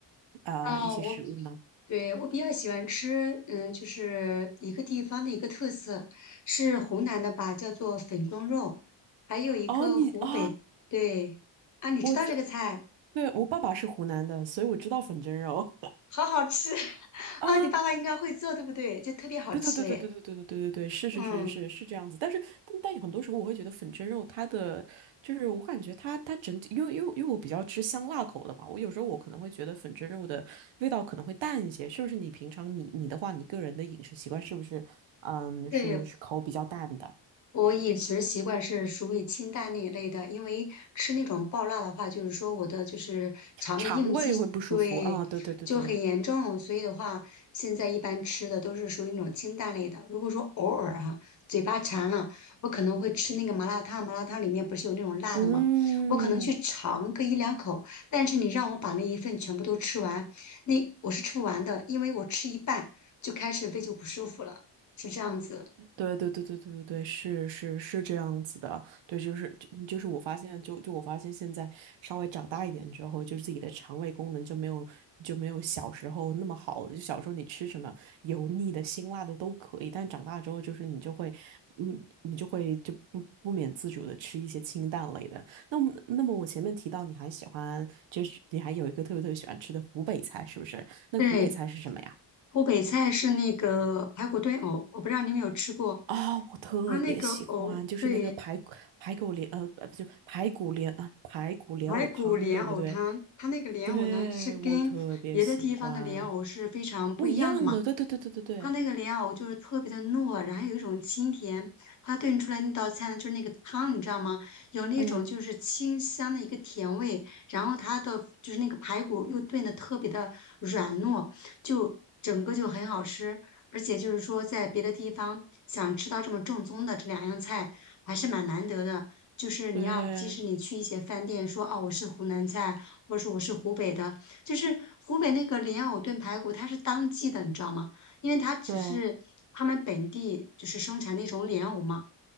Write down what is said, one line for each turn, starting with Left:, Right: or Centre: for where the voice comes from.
Right: 啊、
Left: 哦，
Right: 呃一些食物呢？
Left: 我对我比较喜欢吃，嗯，就是一个地方的一个特色，是湖南的吧，叫做粉蒸肉，还有一个湖北，
Right: 哦，你啊，
Left: 对啊，你知道这个菜，
Right: 我对我爸爸是湖南的，所以我知道粉蒸肉
Left: 好好吃 <laughs>
Right: <laughs>
Left: 啊，
Right: 啊。
Left: 你爸爸应该会做，对不对？就特别好吃诶。
Right: 对对对对对对对对对对对，是是是是是这样子，
Left: 嗯，
Right: 但是但但有很多时候我会觉得粉蒸肉它的就是我感觉它它整体，因为因为因为我比较吃香辣口的嘛，我有时候我可能会觉得粉蒸肉的味道可能会淡一些，是不是？你平常你你的话，你个人的饮食习惯是不是嗯是是口比较淡的，
Left: 对，我饮食习惯是属于清淡那一类的，因为吃那种爆辣的话，就是说我的就是肠胃应激对就很严重，
Right: 肠胃会不舒服啊？对对对对对，
Left: 所以的话，现在一般吃的都是属于那种清淡类的。如果说偶尔哈、嘴巴馋了，我可能会吃那个麻辣烫，麻辣烫里面不是有那种辣的吗？
Right: 嗯。
Left: 我可能去尝个一两口，但是你让我把那一份全部都吃完，那我是吃不完的，因为我吃一半就开始胃就不舒服了，是这样子。
Right: 对对对对对对对，是是是这样子的，对，就是就就是我发现，就就我发现现在稍微长大一点之后，就是自己的肠胃功能就没有就没有小时候那么好了。就小时候你吃什么油腻的、辛辣的都可以，但长大之后就是你就会，嗯，你就会就不不免自主的吃一些清淡类的。那么那么我前面提到你还喜欢，就是你还有一个特别特别喜欢吃的湖北菜，是不是？那个湖北菜是什么呀？
Left: 对，湖北菜是那个排骨炖藕，我不知道你们有吃过。
Right: 啊、我特别喜欢，
Left: 它那个藕，
Right: 就是那个排骨排骨莲，
Left: 对，
Right: 呃，不就排骨莲啊，排骨莲藕汤，
Left: 排骨莲藕汤，
Right: 对不对？
Left: 它那个莲藕呢是跟别的地方的莲藕是非常不一样的嘛。
Right: 对，我特别喜欢，不一样的，对对对对对对，
Left: 它那个莲藕就是特别的糯，然后有一种清甜。它炖出来那道菜呢，就是那个汤，你知道吗？有那种就是清香的一个甜味，
Right: 嗯，
Left: 然后它的就是那个排骨又炖的特别的软糯，就整个就很好吃。而且就是说，在别的地方想吃到这么正宗的这两样菜，还是蛮难得的。就是你要，
Right: 对
Left: 即使你去一些饭店说哦，我是湖南菜，或者说我是湖北的，就是湖北那个莲藕炖排骨，它是当季的，你知道吗？因为它只是他们本地就是生产那种莲藕嘛，
Right: 对。